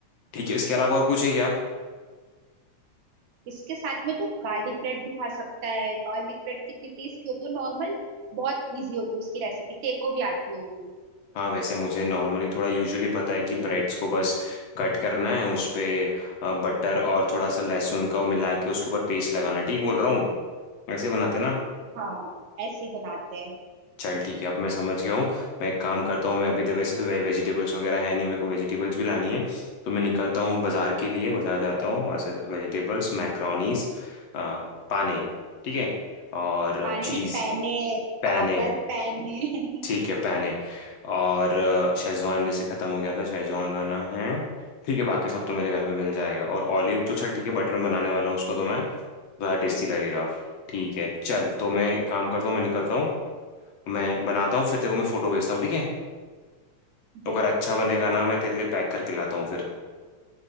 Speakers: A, on the left; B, on the right.
A: ठीक है इसके अलावा और कुछ है क्या
B: इसके साथ में तू गार्लिक ब्रेड भी खा सकता है गार्लिक ब्रेड कितनी टेस्टी होती है नॉर्मल बहुत इजी होती है उसकी रेसिपी तेको भी आती होगी
A: हाँ वैसे मुझे नॉर्मली थोड़ा यूजुअली पता है कि ब्रेड्स को बस कट करना है उस पे बटर और थोड़ा सा लहसुन का वो मिला के उसके ऊपर पेस्ट लगाना है। ठीक बोल रहा हूँ ऐसे बनाते ना
B: हाँ ऐसे ही बनाते हैं
A: चल ठीक है अब मैं समझ गया हूँ मैं एक काम करता हूँ मैं अभी तो वैसे तो वे, वेजिटेबल्स वगैरह है नहीं मेरे को वेजिटेबल्स भी लानी है तो मैं निकलता हूँ बाजार के लिए बाजार जाता हूँ वहाँ से वेजिटेबल्स मैक्रोनीस पाने ठीक है और
B: पानी
A: चीज़
B: नहीं पहने
A: पैने
B: पागल पहने
A: ठीक है पैने और अ, शेजवान जैसे ख़त्म हो गया था शेजवान लाना है ठीक है बाकी सब तो मेरे घर पे मिल जाएगा और ऑलिव तो चल ठीक है बटर में बनाने वाला हूँ उसको तो मैं ज़्यादा टेस्टी लगेगा ठीक है चल तो मैं एक काम करता हूँ मैं निकलता हूँ मैं बनाता हूँ फिर तेरे को मैं फोटो भेजता हूँ ठीक है
B: <laughs> बिल्कुल
A: अगर अच्छा
B: मुझे
A: बनेगा
B: फोटो
A: ना मैं तेरे लिए पैक करके लाता हूँ फिर